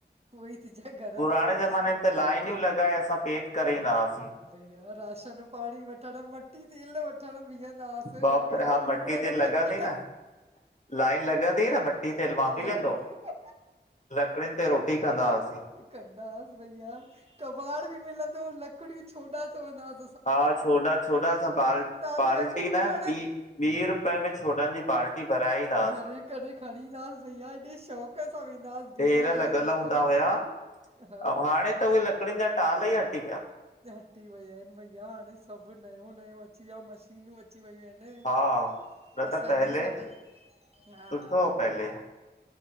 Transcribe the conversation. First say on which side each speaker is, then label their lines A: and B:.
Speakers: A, on the right (about 35°); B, on the left (about 40°).
A: उहोई ती चेॻा
B: पुराणे ज़माने में त लाइनियूं लॻाए, असां पेढ करे ईंदास।
A: भईया राशन पाणी वठणु, मट्टी तेल वठणु बीहंदास,
B: बाप रे हा मटी
A: लूण
B: ते
A: जो
B: लॻंदी
A: पैकेट
B: न लाइन लॻंदी न मट्टी तेल मां भी
A: लकड़ी
B: वेंदोम लकड़िनि ते रोटी कंदासीं।
A: कंदास, भईया कबाड़ बि मिलंदो लकड़ियूं छोॾा चवंदास,
B: हा छोॾा -छोॾा असां बाल,
A: हुआसीं
B: बाल्टी
A: लकड़ियूं
B: न
A: खणण।
B: ॿी ॿी रुपये में छोॾनि जी बाल्टी भराए ईंदासीं।
A: भरे करे खणी ईंदास भईया एॾे शौक़ु क सां वेंदास भिनण
B: ढेर लॻल
A: लाइ बिलकुलु,
B: हूंदा हुया
A: हा
B: ऐं हाणे त उहे लकड़िनि जा टाल ई हटी विया।
A: हटी विया आहिनि, भईया हाणे सभु नयों नयों अची वियो, मश शीनूं अची वियूं आहिनि।
B: हा। न
A: असां
B: त पहले
A: ईअं सभु, हा
B: सुठो हो पहले